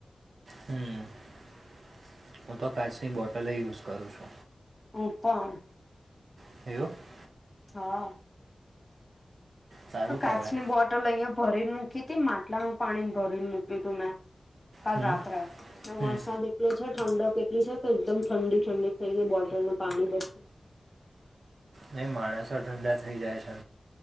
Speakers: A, on the right (about 80°); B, on the left (about 20°).
A: હમ્મ હું તો કાચની બોટલ યે યુઝ કરુ છુ.
B: હુ પણ
A: <inaudible>
B: હા
A: સારું કહેવાય
B: કાચની બોટ ટ્ટલ અહિયા ભરીને મૂકીતી માટલાનું પાણી ભરીને મૂક્યું તું મેં કાલ
A: હમ
B: રાત્રે ને
A: હમ
B: વરસાદ એ એટલો છે ઠંડક એટલી છે કે એકદમ ઠંડી ઠંડી થઈ ગઈ બોટલનું પાણી બધું
A: ને માણસો ઠંડા થઈ જાય છે.